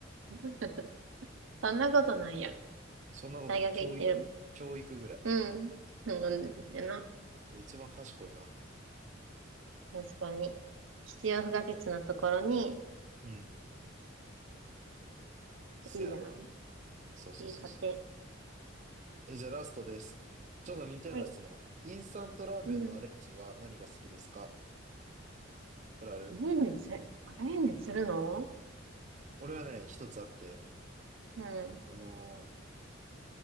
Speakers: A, on the right; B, on the right.
A: <laughs> そんなことないやろ。
B: い。そんなことね、
A: 大学行ってるもん。
B: 教育、教育ぐら
A: うん。うんですよな。
B: い。一番賢いな。
A: 確かに。必要不可欠なところに、
B: うん。せやな。
A: いいじゃないの。
B: そうそうそうそ
A: いい家庭。
B: う。え、じゃあラストです。ちょっと似たような質問。
A: はい。
B: インスタントラーメンのアレンジは何が好きですか
A: うん。
B: これある
A: アレンジせ、アレンジするの
B: 俺はね、一つあって、
A: うん。
B: あのー